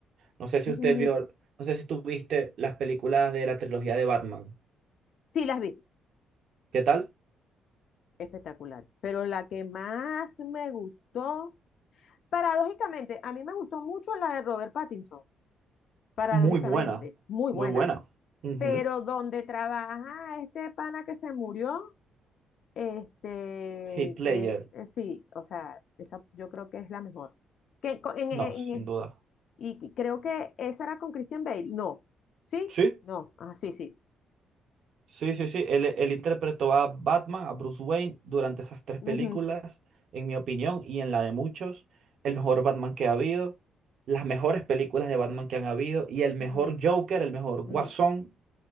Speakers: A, on the right; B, on the left.
A: No sé si
B: Ujú,
A: usted
B: ujú.
A: vio, no sé si tú viste las películas de la trilogía de Batman.
B: Sí, las vi,
A: ¿Qué tal?
B: espectacular. Pero la que más me gustó, paradójicamente, a mí me gustó mucho la de Robert Pattinson, paradójicamente,
A: Muy buena,
B: muy
A: muy
B: buena.
A: buena. Ujú.
B: Pero donde trabaja este pana que se murió, este,
A: Hitler,
B: que eh, sí, o sea, esa yo creo que es la mejor. Que co- en, en,
A: no, sin
B: en
A: duda.
B: Y que- creo que esa era con Christian Bale. No. ¿Sí?
A: Sí,
B: No. Ah, sí, sí.
A: sí, sí, sí. Él, él interpretó a Batman, a Bruce Wayne, durante esas tres
B: Ujú,
A: películas, en mi opinión y en la de muchos, el mejor Batman que ha habido, las mejores películas de Batman que han habido y el mejor
B: ujú,
A: Joker, el mejor Guasón,
B: mm.